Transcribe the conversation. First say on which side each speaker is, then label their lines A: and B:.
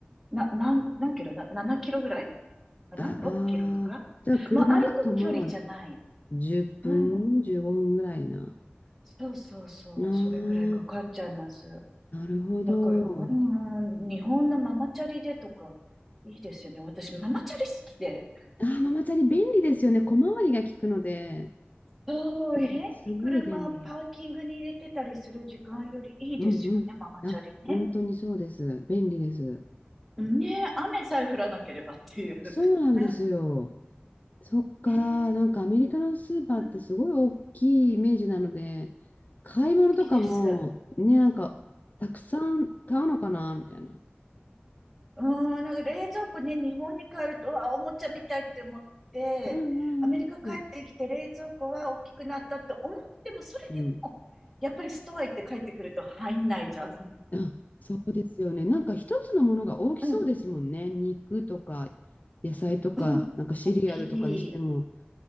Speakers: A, in the centre; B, on the left (about 40°).
A: な、何、何キロだ ?7 キロぐらいかな
B: ああ、
A: ?6 キロとかまあ、
B: じゃあ、車だとまあ、
A: 歩く距離じゃない。
B: 10分、
A: うんうん。
B: 15分ぐらいな。
A: そうそうそう、
B: ああ、
A: それぐらいかかっちゃいます。
B: なるほど。
A: だから、うん、日本のママチャリでとか、いいですよね。私、ママチャリ好きで。
B: ああ、ママチャリ便利ですよね。小回りが利くので。
A: そう、
B: そう、
A: 変に車、
B: すごい便利。
A: パーキングに入れてたりする時間よりいいですよね、
B: うんうん。
A: ママチャリね。
B: あ、本当にそうです。便利です。
A: ねえ、雨さえ降らなければっていう。
B: そうなんですよ。
A: <laughs>
B: そっか、
A: ねえ、
B: なんかアメリカのスーパーってすごい大きいイメージなので、
A: うん、
B: 買い物とかもね、
A: 大きいです。
B: なんかたくさん買うのかなみたいな。
A: うーん、なんか冷蔵庫ね、日本に帰ると、あ、おもちゃみたいって思って、
B: うんうんうん。
A: アメリカ帰ってきて冷蔵庫は大きくなったと思っても、それでも、
B: うん
A: やっぱりストア行って帰ってくると入んないじゃん。
B: あ、そうですよね。なんか一つのものが大きそうですもんね。
A: うん、
B: 肉とか野菜とか、
A: うん。
B: なんかシリアルとかにしても。
A: 大きい。